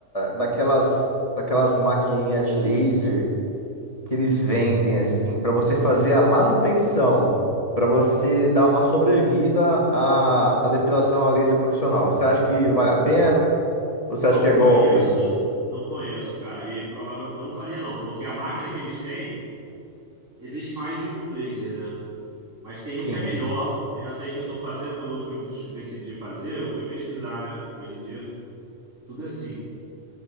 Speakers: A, on the left; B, on the right.
A: daquelas, daquelas maquininhas de laser? que eles vendem assim para você fazer a manutenção, para você dar uma sobrevida à, à depilação a laser profissional. Você acha que vale a pena? Ou
B: Não
A: Você acha que é
B: conheço,
A: golpe?
B: não conheço, cara. E provavelmente eu não faria, não, porque a máquina que eles têm. Existe mais de um laser, né? Mas tem
A: Sim.
B: um que é melhor. É Essa aí que eu tô fazendo, quando eu fui decidir fazer, eu fui pesquisar, né? Hoje em dia, tudo é assim.